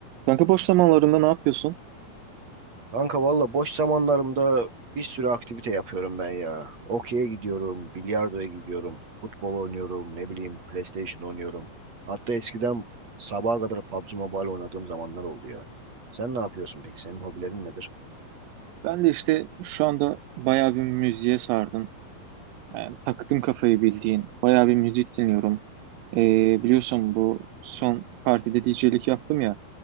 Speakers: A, on the right; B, on the right.
A: Kanka boş zamanlarında ne yapıyorsun?
B: Kanka valla boş zamanlarımda bir sürü aktivite yapıyorum ben ya. Okey'e gidiyorum, bilardoya gidiyorum, futbol oynuyorum, ne bileyim PlayStation oynuyorum. Hatta eskiden sabaha kadar PUBG Mobile oynadığım zamanlar oldu ya. Sen ne yapıyorsun peki? Senin hobilerin nedir?
A: Ben de işte şu anda bayağı bir müziğe sardım. Yani taktım kafayı bildiğin. Bayağı bir müzik dinliyorum. Ee, biliyorsun bu son partide DJ'lik yaptım ya.